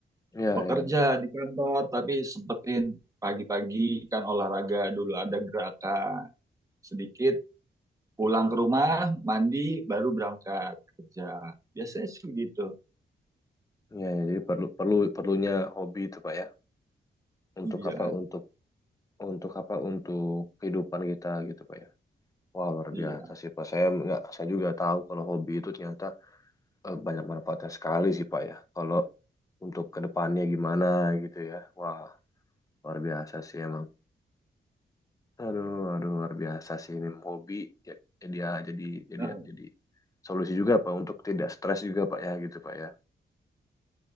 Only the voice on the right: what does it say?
bekerja
di kantor tapi sempetin pagi-pagi kan olahraga dulu ada gerakan sedikit pulang ke rumah mandi baru berangkat kerja biasanya sih gitu
iya
iya
<laughs>